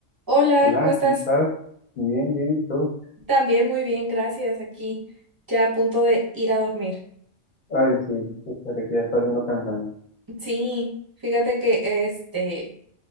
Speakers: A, on the right; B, on the left.
A: Hola,
B: Hola,
A: ¿cómo estás?
B: ¿cómo estás? Bien, bien, ¿y ¿tú?
A: También muy bien, gracias. Aquí ya a punto de ir a dormir.
B: Ay, sí, espera que ya está haciendo cansancio.
A: Sí, fíjate que este